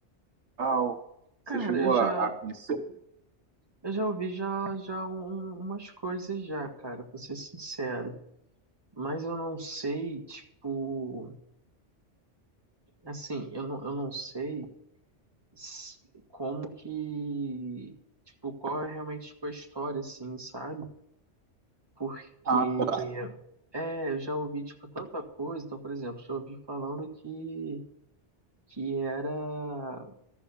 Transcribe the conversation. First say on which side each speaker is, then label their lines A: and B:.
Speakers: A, on the right (about 70°); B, on the right (about 20°).
A: tal? Você
B: Cara,
A: chegou
B: eu já,
A: a, a conhecer?
B: eu já ouvi já, já um- umas coisas já, cara, pra ser sincero, mas eu não sei, tipo, assim, eu não, eu não sei s- como que, tipo, qual é realmente tipo, a história, assim, sabe? Porque,
A: Ah, tá.
B: é, eu já ouvi, tipo, tanta coisa. Então, por exemplo, já ouvi falando que, que era,